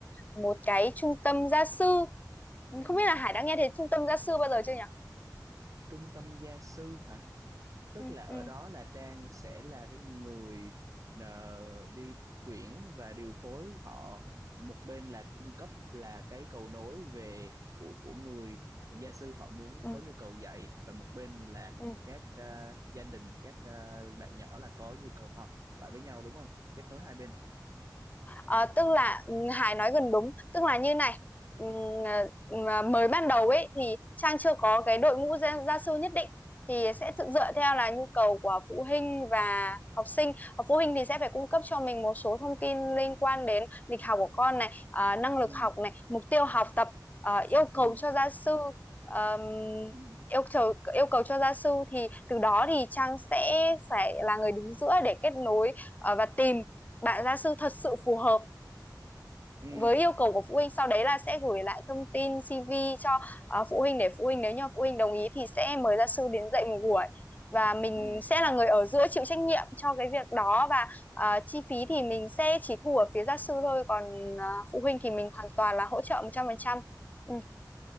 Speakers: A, on the left; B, on the right.
A: một cái trung tâm gia sư
B: ừ,
A: không biết là Hải đã nghe thấy trung tâm gia sư bao giờ chưa nhỉ?
B: trung tâm gia sư hả tức
A: Ừ,
B: là ở
A: ừ,
B: đó là Trang sẽ là cái người ờ, đi tuyển và điều phối họ một bên là cung cấp là cái cầu nối về của của người gia sư họ muốn
A: ừ.
B: có nhu cầu dạy và một bên là
A: ừ.
B: các ờ, gia đình các ờ, bạn nhỏ là có nhu cầu học lại với nhau đúng không kết nối hai bên
A: Ờ, tức là ừ, Hải nói gần đúng tức là như này ừ, ờ, mới ban đầu ấy thì Trang chưa có cái đội ngũ gia, gia sư nhất định thì sẽ thực dựa theo là nhu cầu của phụ huynh và học sinh Ờ, phụ huynh thì sẽ phải cung cấp cho mình một số thông tin liên quan đến lịch học của con này ờ, năng lực
B: ừ
A: học này mục tiêu học tập ờ, yêu
B: ừ
A: cầu cho gia sư ờm,
B: ừ
A: yêu cầu yêu cầu cho gia sư thì từ đó thì Trang sẽ phải là người đứng giữa để kết nối ờ, và tìm bạn gia sư thật sự phù hợp
B: ừ
A: với yêu cầu của phụ huynh sau đấy là sẽ gửi lại thông tin CV cho ờ, phụ huynh để phụ huynh nếu như phụ huynh đồng ý thì sẽ mời gia sư đến dạy một buổi và mình
B: ừ.
A: sẽ là người ở giữa chịu trách nhiệm cho cái việc đó và ờ, chi phí thì mình sẽ chỉ thu ở phía gia sư thôi còn ờ, phụ huynh thì mình hoàn toàn là hỗ trợ 100% ừ.